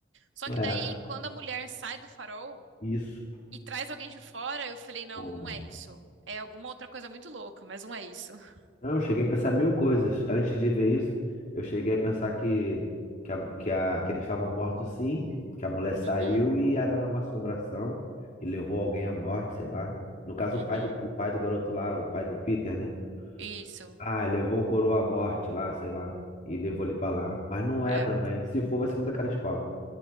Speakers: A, on the right; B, on the left.
A: Só
B: É,
A: que daí, quando a mulher sai do farol
B: isso.
A: e traz alguém de fora, eu falei, não,
B: Porra.
A: não é isso. É alguma outra coisa muito louca, mas não é isso. <laughs>
B: Não, eu cheguei a pensar mil coisas. Antes de ver isso, eu cheguei a pensar que, que, a, que, a- que eles estavam mortos sim, que a mulher saiu
A: Uhum,
B: e era uma assombração e levou alguém à morte, sei lá. No caso,
A: uhum.
B: o pai do, o pai do garoto lá, o pai do Peter, né?
A: Isso.
B: Ah, levou o coroa à morte lá, sei lá, e levou ele pra lá. Mas não é
A: É,
B: também. Se for, vai ser muita cara de pau.